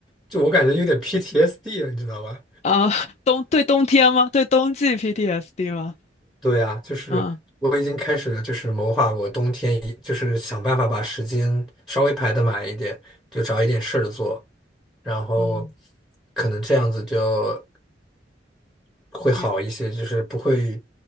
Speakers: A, in the centre; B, on the left.
A: 就我感觉有点 PTSD 了，你知道吧？
B: 啊，<laughs> 冬对冬天吗？对冬季 PTSD 吗？
A: 对啊，就是我已经开始就是谋划我冬天一，
B: 嗯
A: 就是想办法把时间稍微排得满一点，就找一点事儿做，然后
B: 嗯，
A: 可能这样子就会好一些，
B: 你
A: 就是不会，